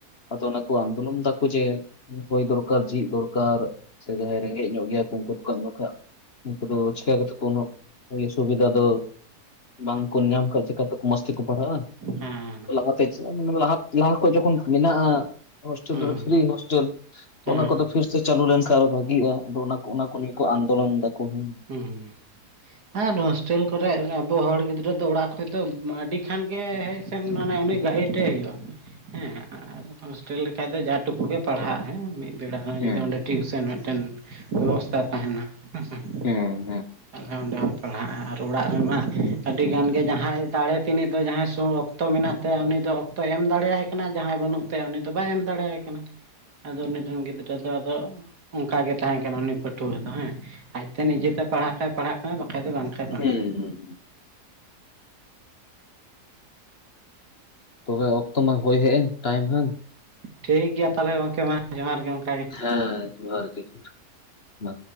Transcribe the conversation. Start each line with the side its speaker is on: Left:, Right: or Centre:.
Left: ᱟᱫᱚ ᱚᱱᱟ ᱠᱚ ᱟᱱᱫᱳᱞᱚᱱ ᱫᱟ᱾ ᱩᱱᱠᱩ ᱡᱮ ᱵᱳᱭ ᱫᱚᱨᱠᱟᱨ ᱪᱤ ᱫᱚᱨᱠᱟᱨ ᱥᱮ ᱡᱟᱦᱟᱸᱭ ᱨᱮᱸᱜᱮᱡ ᱧᱚᱜ ᱜᱮᱭᱟᱭᱚ ᱩᱱᱠᱩ ᱫᱚᱠᱚ <unintelligible> ᱩᱱᱠᱩ ᱫᱚ ᱪᱤᱠᱟ ᱠᱟᱛᱮ ᱳᱱᱳᱜ ᱦᱳᱭ ᱥᱩᱵᱤᱫᱷᱟ ᱫᱚ, ᱵᱟᱝ ᱠᱚ ᱧᱟᱢ ᱠᱷᱟᱫ ᱪᱤᱠᱟᱹ ᱛᱮᱠᱚ ᱢᱚᱸᱡᱽ ᱛᱮᱠᱚ ᱯᱟᱲᱦᱟᱜ-ᱟ᱾
Right: ᱦᱮᱸ
Left: ᱞᱟᱦᱟᱛᱮ <unintelligible> ᱞᱟᱦᱟ ᱞᱟᱦᱟ ᱠᱷᱚᱡ ᱡᱚᱠᱷᱚᱱ ᱢᱮᱱᱟᱜᱼᱟ ᱦᱳᱥᱴᱮᱞ
Right: ᱦᱮᱸ
Left: ᱨᱮ ᱯᱷᱨᱤ ᱦᱳᱥᱴᱮᱞ᱾ ᱛᱚ
Right: ᱦᱮᱸ
Left: ᱚᱱᱟ ᱠᱚ ᱫᱚ ᱯᱷᱤᱨ ᱥᱮ ᱪᱟᱹᱞᱩ ᱞᱮᱱᱠᱷᱟ ᱟᱨᱚ ᱵᱷᱟᱜᱤᱜᱼᱟ ᱟᱫᱚ ᱚᱱᱟ ᱠᱚ ᱱᱤᱭᱟᱹ ᱠᱚ ᱟᱱᱫᱳᱞᱚᱱ ᱫᱟᱠᱚ ᱦᱩᱸ ᱾
Right: ᱦᱩᱸ᱾ ᱟᱨ ᱦᱳᱥᱴᱮᱞ ᱠᱚᱨᱮᱜ, ᱟᱵᱚ ᱦᱚᱲ ᱜᱤᱫᱽᱨᱟᱹ ᱫᱚ ᱚᱲᱟᱜ ᱠᱷᱚᱡ ᱫᱚ ᱟᱹᱰᱤ ᱠᱷᱟᱱ ᱜᱮ ᱥᱮᱱ ᱢᱟᱱᱮ ᱩᱱᱤ ᱜᱟᱭᱤᱰ ᱛᱮ ᱦᱳᱭᱳᱜ-ᱟ, ᱦᱮᱸ ᱟᱨ ᱦᱳᱥᱴᱮᱞ ᱞᱮᱠᱷᱟᱡ ᱫᱚ ᱡᱟ ᱴᱩᱠᱩ ᱜᱮ ᱯᱟᱲᱦᱟᱜ-ᱟ ᱟᱭ ᱢᱤᱫᱴᱮᱱ ᱵᱮᱲᱟ ᱦᱚᱸ
Left: ᱦᱮᱸ
Right: ᱡᱩᱫᱤ ᱚᱸᱰᱮ ᱴᱤᱭᱩᱥᱮᱱ ᱢᱤᱫᱴᱮᱱ ᱵᱮᱵᱚᱥᱛᱟ ᱛᱟᱦᱮᱸᱱᱟ ᱦᱮᱸ, ᱦᱮᱸ
Left: ᱚ᱾
Right: ᱛᱟᱞᱦᱮ ᱚᱸᱰᱮ ᱦᱚᱸ ᱯᱟᱲᱦᱟᱜ-ᱟ, ᱟᱨ ᱚᱲᱟᱜ ᱨᱮᱢᱟ ᱟᱹᱰᱤ ᱜᱟᱱ ᱜᱮ ᱡᱟᱦᱟᱭ ᱫᱟᱲᱮ ᱛᱤᱱᱤᱜ ᱫᱚ ᱡᱟᱦᱟᱭ ᱥᱚᱝ ᱚᱠᱛᱚ ᱢᱮᱱᱟᱜ ᱛᱟᱭᱟ ᱩᱱᱤ ᱫᱚ ᱚᱠᱛᱚᱭ ᱮᱢ ᱫᱟᱲᱮᱭᱟᱭ ᱠᱟᱱᱟᱭ, ᱡᱟᱦᱟᱭ ᱵᱟᱹᱱᱩᱜ ᱛᱮ ᱩᱱᱤ ᱫᱚ ᱵᱟᱭ ᱮᱢ ᱫᱟᱲᱮᱭᱟᱭ ᱠᱟᱱᱟ᱾ ᱟᱫᱚ ᱩᱱᱤᱨᱮᱱ ᱜᱤᱫᱽᱨᱟᱹ ᱫᱚ ᱟᱫᱚ ᱚᱱᱠᱟ ᱜᱮ ᱛᱟᱦᱮᱸ ᱠᱟᱱᱟ ᱩᱱᱤ ᱯᱟᱹᱴᱷᱩᱣᱟᱹ ᱨᱮᱫᱚ ᱦᱮᱸᱼᱼ ᱛᱮ ᱱᱤᱡᱮᱛᱮ ᱯᱟᱲᱦᱟᱜ ᱠᱷᱟᱭ ᱯᱟᱲᱦᱟᱜ ᱠᱟᱱᱟᱭ ᱵᱟᱠᱷᱟᱡ ᱫᱚ ᱵᱟᱝ, ᱠᱷᱟᱡ ᱵᱟᱝᱜᱮ
Left: ᱦᱩᱸ ᱛᱚᱵᱮ ᱚᱠᱛᱚ ᱢᱟ ᱦᱩᱭᱳ ᱦᱮᱡ ᱮᱱ ᱴᱟᱭᱤᱢ ᱦᱟᱸᱜᱼᱼ
Right: ᱴᱷᱤᱠ ᱜᱮᱭᱟ ᱛᱟᱦᱞᱮ ᱜᱚᱝᱠᱮ ᱢᱟ ᱡᱚᱦᱟᱨ ᱜᱮ ᱜᱚᱝᱠᱮ᱾
Left: ᱦᱮᱸ ᱡᱚᱦᱟᱨ ᱜᱮ ᱢᱟ᱾